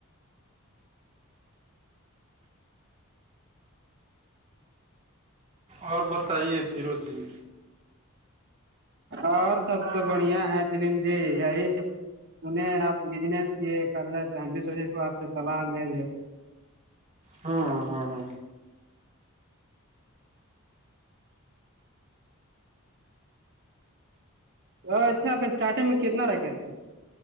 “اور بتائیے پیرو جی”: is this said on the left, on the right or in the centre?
Right